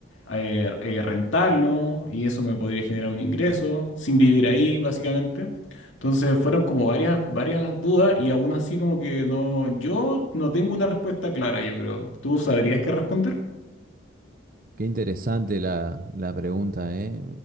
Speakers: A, on the left (about 80°); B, on the right (about 45°).
A: eh, eh, rentarlo y eso me podría generar un ingreso sin vivir ahí, básicamente. Entonces fueron como varias, varias dudas y aún así como que no, yo no tengo una respuesta clara, yo creo. ¿Tú sabrías qué responder?
B: Qué interesante la, la pregunta, ¿eh?